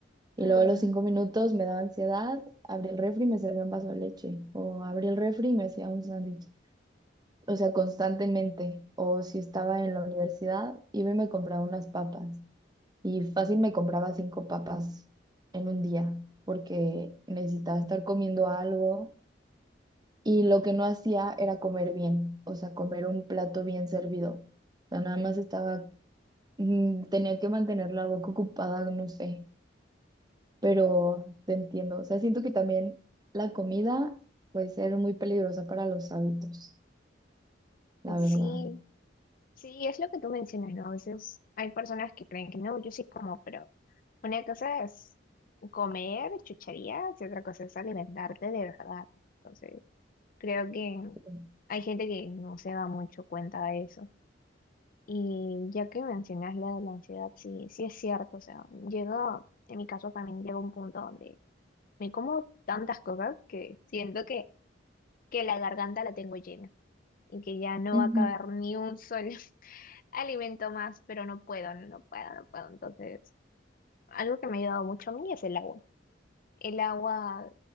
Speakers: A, on the right; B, on the left.
A: Y
B: Mm,
A: luego a los cinco minutos me daba ansiedad, abrí el refri y me servía un vaso de leche. O abrí el refri y me hacía un sándwich. O sea, constantemente. O si estaba en la universidad, iba y me compraba unas papas. Y fácil me compraba cinco papas en un día, porque necesitaba estar comiendo algo y lo que no hacía era comer bien, o sea, comer un plato bien servido. O sea, nada más estaba, mm, tenía que mantener la boca ocupada, no sé, pero te entiendo. O sea, siento que también la comida puede ser muy peligrosa para los hábitos, la verdad.
B: sí, sí, es lo que tú mencionas, ¿no? A veces hay personas que creen que no, yo sí como, pero una cosa es comer chucherías y otra cosa es alimentarte de verdad. Entonces, Creo que
A: Ujú.
B: hay gente que no se da mucho cuenta de eso. Y ya que mencionas la de la ansiedad, sí, sí es cierto. O sea, llega, en mi caso también llega un punto donde me como tantas cosas que siento que, que la garganta la tengo llena y que ya no
A: Ujú.
B: va a caber ni un solo <laughs> alimento más, pero no puedo, no no puedo, no puedo. Entonces, algo que me ha ayudado mucho a mí es el agua. El agua